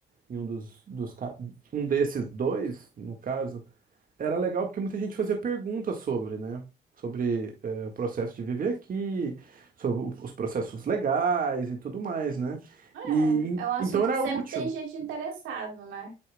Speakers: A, on the right; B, on the right.
A: em um dos, dos ca- um desses dois, no caso, era legal porque muita gente fazia perguntas sobre, né? Sobre é, o processo de viver aqui, sobre o- os processos legais e tudo mais, né?
B: É,
A: E
B: é um assunto
A: então era
B: que sempre
A: útil.
B: tem gente interessado, né?